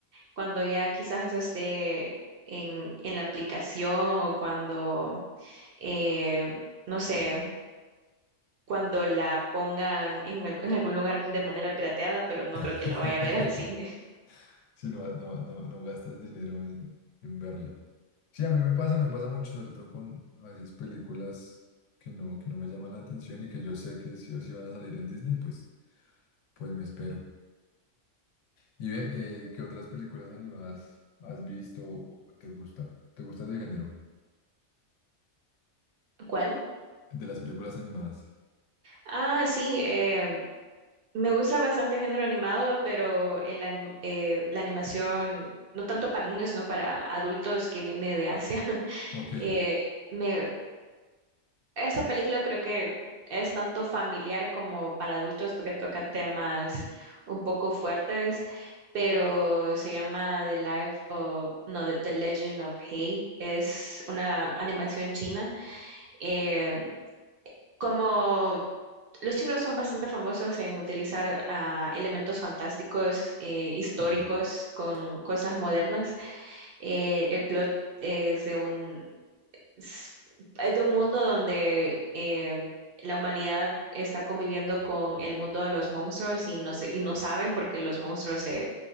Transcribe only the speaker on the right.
cuando ya quizás eso esté en, en la aplicación o cuando, eh, no sé, cuando la pongan en, al- en algún lugar de manera pirateada, pero no
creo que la vaya a ver al cine.
<laughs> ¿Cuál?
Ah, sí, eh, Me gusta bastante género animado, pero el anim- eh, la animación, no tanto para niños, sino para adultos que viene de Asia. <laughs>
Eh, me, esa película creo que es tanto familiar como para adultos porque toca temas un poco fuertes, pero se llama The Life of, no, The, The Legend of Hei. Es una animación china. Eh, como los chinos son bastante famosos en utilizar ah, elementos fantásticos, eh, históricos,
con cosas modernas. Eh, el plot es de un, es de un mundo donde eh, la humanidad está conviviendo con el mundo de los monstruos y no, se- y no saben porque los monstruos se,